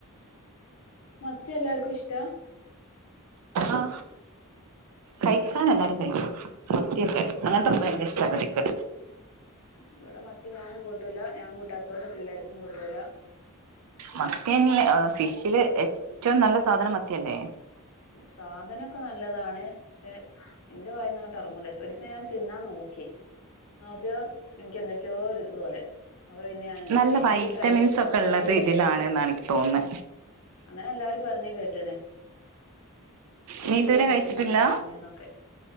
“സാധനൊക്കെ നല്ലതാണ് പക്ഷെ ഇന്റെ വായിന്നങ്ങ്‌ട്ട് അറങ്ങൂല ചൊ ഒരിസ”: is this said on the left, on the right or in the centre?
Left